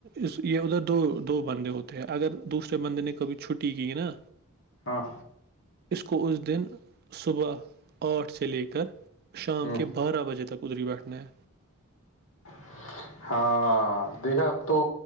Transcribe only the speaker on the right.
اس یہ ادھر دو دو بندے ہوتے ہیں اگر دوسرے بندے نے کبھی چھٹی کی نا
اس کو اس دن صبح اٹھ سے لے کر شام
کے بارہ بجے تک ادری بیٹھنا ہے